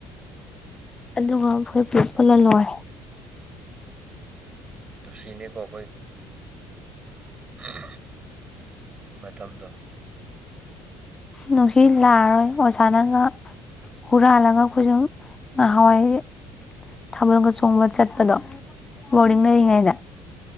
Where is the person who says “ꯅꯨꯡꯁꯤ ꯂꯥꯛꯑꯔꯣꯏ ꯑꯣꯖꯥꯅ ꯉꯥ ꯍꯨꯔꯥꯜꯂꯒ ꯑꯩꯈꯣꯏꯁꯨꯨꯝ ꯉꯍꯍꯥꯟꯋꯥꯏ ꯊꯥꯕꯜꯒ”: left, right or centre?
Left